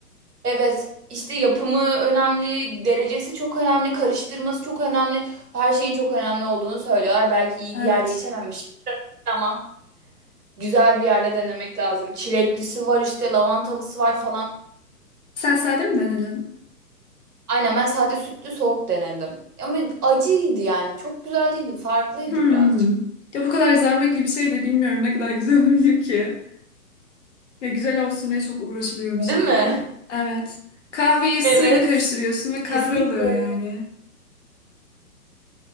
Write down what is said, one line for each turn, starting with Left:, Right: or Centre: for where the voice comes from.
Right: Evet, işte yapımı önemli, derecesi çok önemli, karıştırması çok önemli. Her şeyin çok önemli olduğunu söylüyorlar. Belki iyi
Left: Evet.
Right: bir yerde içememiş ama güzel bir yerde denemek lazım. Çileklisi var işte, lavantalısı var falan.
Left: Sen sade mi denedin?
Right: Aynen ben sade sütlü soğuk denedim. Ama acıydı yani. Çok güzel değildi, farklıydı
Left: Hmm.
Right: birazcık.
Left: Ya bu kadar zahmetli bir şey de bilmiyorum ne kadar güzel <laughs> olabilir ki. Ya güzel olsun diye çok uğraşılıyormuş
Right: Değil
Left: gibi.
Right: mi?
Left: Evet. Kahveyi suyla
Right: Evet.
Left: karıştırıyorsun ve kahve
Right: Kesinlikle.
Left: oluyor yani.